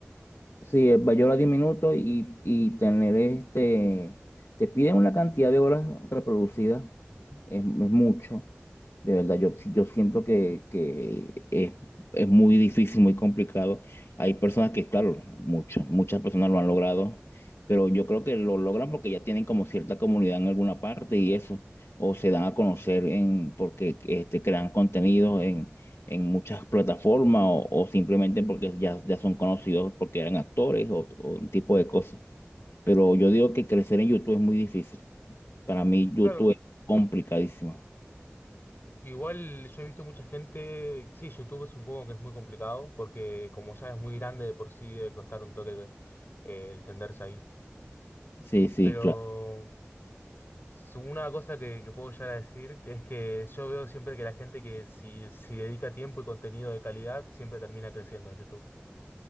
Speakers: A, on the left; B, on the left.
A: Sí, eh, Bayola 10 minutos y, y tener este, te piden una cantidad de horas reproducidas, es, es mucho. De verdad, yo, sí, yo siento que, que es, es muy difícil, muy complicado. Hay personas que, claro, muchas, muchas personas lo han logrado, pero yo creo que lo logran porque ya tienen como cierta comunidad en alguna parte y eso, o se dan a conocer en, porque este, crean contenidos en, en muchas plataformas o, o simplemente porque ya, ya son conocidos porque eran actores o, o un tipo de cosas. Pero yo digo que crecer en YouTube es muy difícil. Para mí, YouTube
B: Claro,
A: es complicadísimo.
B: igual yo he visto mucha gente, sí, YouTube es un poco que es muy complicado, porque como ya es muy grande de por sí debe costar un toque eh, el extenderse ahí.
A: Sí, sí,
B: Pero
A: claro.
B: Su- Una cosa que, que puedo llegar a decir, que es que yo veo siempre que la gente que si, si dedica tiempo y contenido de calidad, siempre termina creciendo en YouTube.